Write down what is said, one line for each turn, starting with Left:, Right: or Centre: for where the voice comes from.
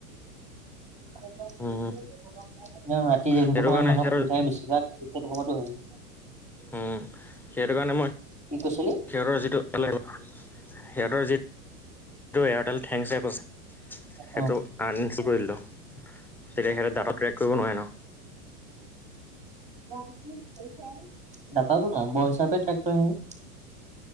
Right: <unintelligible>
Centre: উম,
Right: আ ৰাতি যোনটো
Centre: সেইটো
Right: সমান
Centre: কাৰণে
Right: মানুহ
Centre: সিহঁতৰ
Right: শুই থাকে বেছিভাগ তেতিয়া সময়তো উ
Centre: উম, সেইটো কাৰণে মই সিহঁতৰ
Right: কি কৈছিলি
Centre: যিটো সিহঁতৰ যি হেটো এয়াৰটেল থেংকছ এপ আছে, সেইটো
Right: অ
Centre: আনস্তল কৰি দিলো। তেতিয়া সিহঁতে ডাটা ট্ৰেক কৰিব নোৱাৰে নহ
Right: ডাটাটো নম্বৰ হিচাপে ট্ৰেক্ট কৰিব